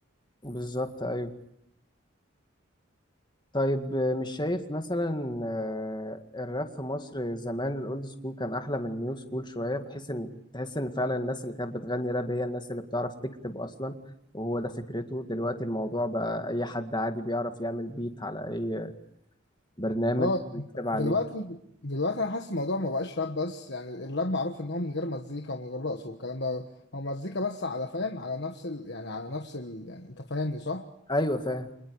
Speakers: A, on the left; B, on the left.
A: بالظبط ايوه طيب آه، مش شايف مثلا آه، الراب في مصر زمان الاولد سكول كان احلى من النيو سكول شويه بحيث ان تحس ان فعلا الناس اللي كانت بتغني راب هي الناس اللي بتعرف تكتب اصلا وهو ده فكرته دلوقتي الموضوع بقى اي حد عادي بيعرف يعمل بيت على اي برنامج
B: اه
A: ويكتب عليه
B: دلوقتي دلوقتي انا حاسس الموضوع ما بقاش راب بس يعني الراب معروف ان هو من غير مزيكا ومن غير رقص والكلام ده هو مزيكا بس على فاهم على نفس ال... يعني على نفس ال... يعني انت فاهمني صح
A: ايوه فاهم